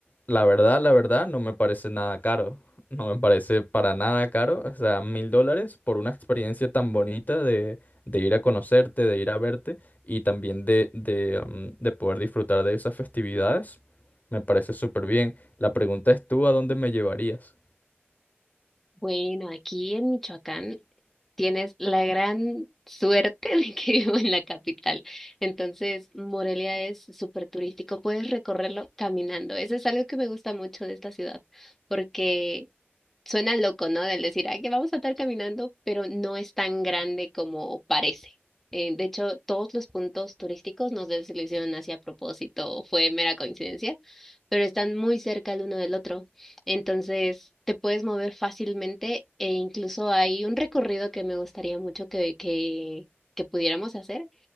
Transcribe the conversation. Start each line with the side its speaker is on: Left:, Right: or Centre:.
Left: La verdad, la verdad, no me parece nada caro. No me parece para nada caro. O sea, mil dólares por una experiencia tan bonita de, de ir a conocerte, de ir a verte y también de, de, mm, de poder disfrutar de esas festividades. Me parece súper bien. La pregunta es tú, ¿a dónde me llevarías?
Centre: Bueno, aquí en Michoacán tienes la gran suerte de que <laughs> vivo en la capital. Entonces, Morelia es súper turístico, puedes recorrerlo caminando. Eso es algo que me gusta mucho de esta ciudad, porque Suena loco, ¿no? Del decir, ay, que vamos a estar caminando, pero no es tan grande como parece. Eh, de hecho, todos los puntos turísticos, no sé si lo hicieron así a propósito o fue mera coincidencia, pero están muy cerca el uno del otro. Entonces, te puedes mover fácilmente e incluso hay un recorrido que me gustaría mucho que, que, que pudiéramos hacer